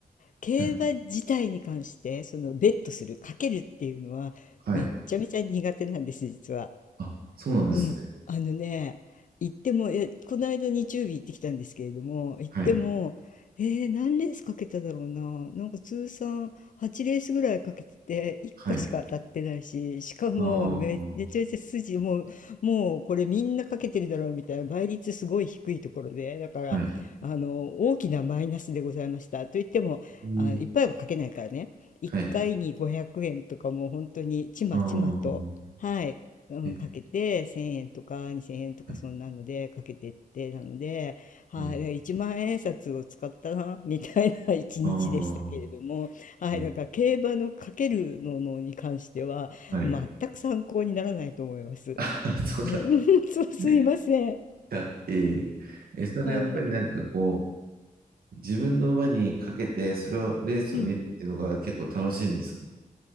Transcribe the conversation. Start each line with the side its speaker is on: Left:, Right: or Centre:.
Left: 競馬自体に関して、
Right: はい。
Left: その、ベットする、かけるっていうのは、
Right: はい。
Left: めっちゃめちゃ苦手なんです、実は。
Right: あ、そうなんですね。
Left: うん、あのね、行っても、え、この間日曜日行ってきたんですけれども、行っても、
Right: はい。
Left: えー何レースかけただろうな、なんか通算8レースぐらいかけてて、1個しか当たってないし、
Right: はい。
Left: しかもめ、
Right: ああ、
Left: めちゃめちゃ筋、もう、もうこれみんなかけてるだろうみたいな、倍率すごい低いところで、だから、
Right: はい。
Left: あの、大きなマイナスでございました。と言っても、
Right: えー
Left: あ、いっぱいはかけないからね、1回に500円とかもう本当にちまちまと、
Right: はい。ああ、
Left: はい。うん、
Right: えー、
Left: かけて1000円とか2000円とかそんなのでかけてってなので、
Right: はい。
Left: はい、
Right: えー、
Left: だから1万円札を使ったなみたいな <laughs> 一日でしたけれども、
Right: ああ、
Left: はい、
Right: えー
Left: だから競馬のかけるののに関しては全く参考にならないと思います。
Right: はい。<laughs> そうなんです
Left: うん、<laughs> そうすいません。
Right: ね。いや、えーえ、それやっぱりなんかこ
Left: はい。
Right: う、自分の馬にかけて、それを、レースを見るっていうのが結構楽しいんですか
Left: うん